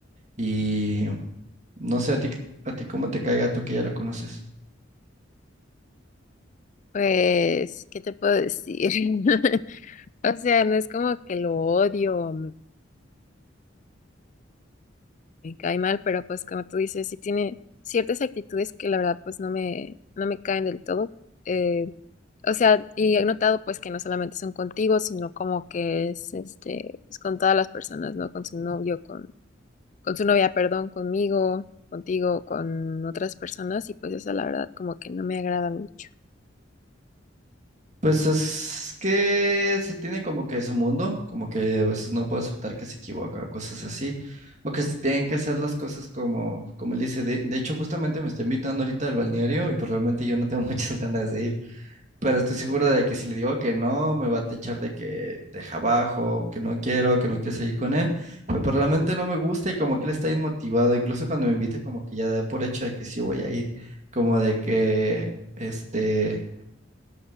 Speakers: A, on the right (about 40°); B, on the left (about 40°).
A: Y no sé, a ti, a ti cómo te caiga tú que ya lo conoces.
B: Pues, ¿qué te puedo decir? <laughs> O sea, no es como que lo odio o me, me cae mal, pero pues como tú dices, sí tiene ciertas actitudes que la verdad pues no me, no me caen del todo. Eh, o sea, y he notado pues que no solamente son contigo, sino como que es este, pues con todas las personas, ¿no? Con su novio, con, con su novia, perdón, conmigo, contigo, con otras personas, y pues eso la verdad como que no me agrada mucho.
A: Pues es que sí tiene como que su mundo, como que a veces no puede aceptar que se equivoca, cosas así, o que se tienen que hacer las cosas como, como él dice. De, de hecho, justamente me está invitando ahorita al balneario y pues realmente yo no tengo <laughs> muchas ganas de ir, pero estoy seguro de que si le digo que no, me va a techar de que deja abajo, que no quiero, que no quiero seguir con él, pero, pues realmente no me gusta y como que él está inmotivado, incluso cuando me invita como que ya da por hecho de que sí voy a ir, como de que, este...